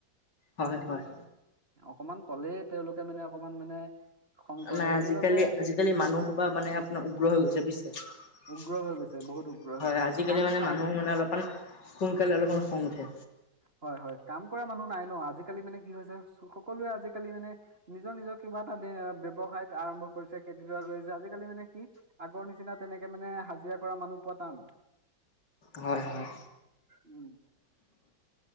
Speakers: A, on the left; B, on the right.
A: হয় হয়
B: অকণমান কলেই তেওঁলোকে মানে অকমান মানে খং কৰে
A: নাই আজিকালি
B: সেইবাবে
A: আজিকালি মানুহ সোপা মানে আপোনাৰ উগ্ৰ হৈ গৈছে বুজিছে।
B: উগ্ৰ হৈ গৈছে বহুত উগ্ৰ
A: হয়
B: হৈ গৈছে
A: আজিকালি
B: কাম
A: মানে
B: কাম
A: মানুহৰ মানে অলপমান সোনকালে অলপমান খং উঠে।
B: হয় হয় কাম মানুহ নাই নহ আজিকালি মানে কি হৈছে সকলোৱে আজিকালি মানে নিজৰ নিজৰ কিবা এটা ব্যৱসায়ত আৰম্ভ কৰিছে খেতিডৰা কৰিছে আজিকালি মানে কি আগৰ নিচিনা তেনেকে মানে হাজিৰা মানুহ পোৱা টান
A: হয় হয়
B: উম